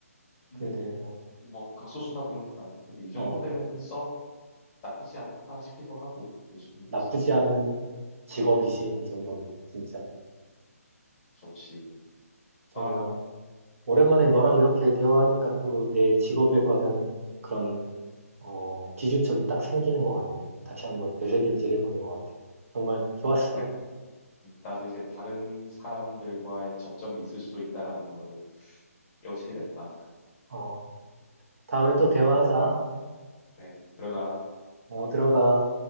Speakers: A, on the left (about 25°); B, on the right (about 60°).
A: 근데
B: 근데, 뭐,
A: 뭐 극소수다 보니까 근데 이 정도
B: 어,
A: 되면은 썩 나쁘지 않다 싶기도 하고 요즘은
B: 나쁘지
A: 진짜
B: 않은 직업이지,
A: 음,
B: 이 정도면, 진짜.
A: 좋지.
B: 정말
A: 아유,
B: 오랜만에 너랑 이렇게 대화하니까
A: 음,
B: 또 내 직업에 관한 그런 어, 기준점이 딱 생기는 것 같네. 다시 한번 되새김질
A: 그-
B: 해보는 것 같아. 정말 좋았어.
A: 그- 음, 나도 이제 다른 사람들과의 접점이 있을 수도 있다라는 거를 깨우치게 됐다.
B: 어, 다음에 또 대화하자.
A: 네, 네, 들어가.
B: 어, 들어가.